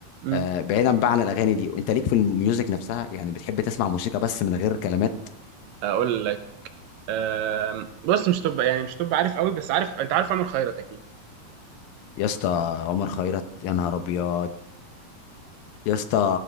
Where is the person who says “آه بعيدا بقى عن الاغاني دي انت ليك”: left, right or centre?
Left